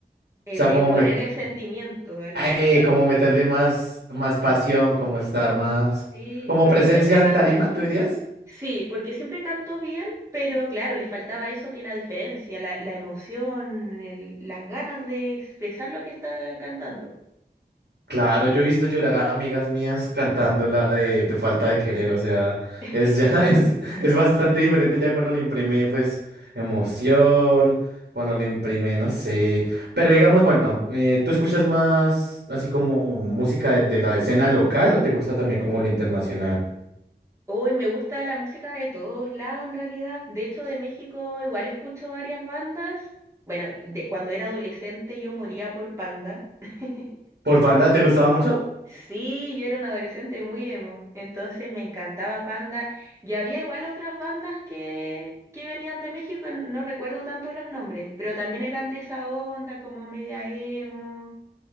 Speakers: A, on the right; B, on the right.
A: el,
B: sea, como,
A: el ponerle
B: met-
A: sentimiento al, al
B: eh,
A: canto.
B: como meterle más, más pasión, como estar más,
A: Sí,
B: como
A: porque
B: presencia
A: siempre
B: en
A: canta
B: tarima, ¿tú dirías?
A: Sí, porque siempre cantó bien, pero claro, le faltaba eso que la diferencia, la, la emoción, el- las ganas de expresar lo que está cantando.
B: Claro, yo he visto llorar a amigas mías cantando la de Tu falta de querer, o sea,
A: <laughs>
B: es ya, <laughs> es, es bastante diferente ya cuando le imprime, pues, emoción, cuando le imprime, no sé, pero digamos, bueno, eh, ¿tú escuchas más así como música de, de la escena local o te gusta también como
A: Ujú.
B: lo internacional?
A: Hoy me gusta la música de todos lados en realidad. De hecho, de México igual escucho varias bandas. Bueno, de, cuando era adolescente yo moría por Panda. <laughs>
B: ¿Por banda te gustaba mucho?
A: Sí, yo era un adolescente muy emo, entonces me encantaba Panda. Y había igual otras bandas que, que venían de México, n- no recuerdo tanto los nombres, pero también eran de esa onda, como media emo.